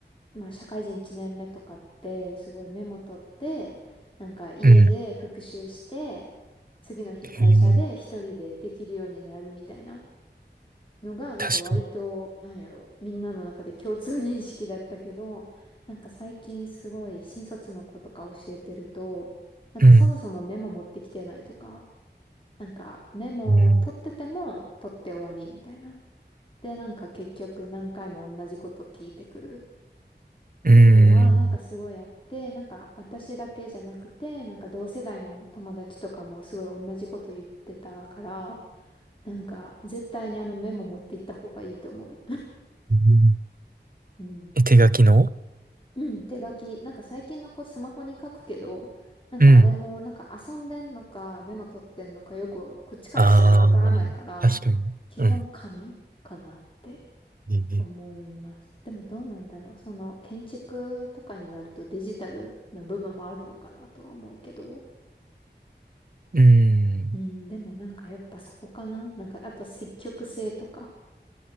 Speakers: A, on the left; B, on the right.
A: まあ、社会人1年目とかって、すごいメモ取って、なんか家で復習して、
B: うん。
A: 次の日会社で一人でできるようになるみたいな
B: へえ、
A: のが、なんか割と、
B: 確かに。
A: なんやろ、みんなの中で共通認識だったけど、なんか最近すごい新卒の子とか教えてると、なんかそもそもメモ持ってきてないとか、
B: うん。
A: なんかメモを取ってても取って終わりみたいな。
B: うん。
A: で、なんか結局何回も同じこと聞いてくる。
B: うん。
A: ていうのは、なんかすごいあって、なんか私だけじゃなくて、なんか同世代の友達とかもすごい同じこと言ってたから、なんか絶対にあのメモ持っていった方がいいと思う。
B: うん
A: うん。
B: え手書きの
A: かなうん、手書き。なんか最近の子スマホに書くけど、なんかあれもなんか遊んでんのかメモ取ってんのかよくこっちからしたらわからないから、
B: うん。ああ、確かに。
A: 基本紙かなって。
B: うん。へえ
A: 思います。でもどうなんだろう。その建築とかになるとデジタルな部分もあるのかなとは思うけど。
B: うん。
A: うん、でもなんかやっぱそこかな。なんかあと積極性とか。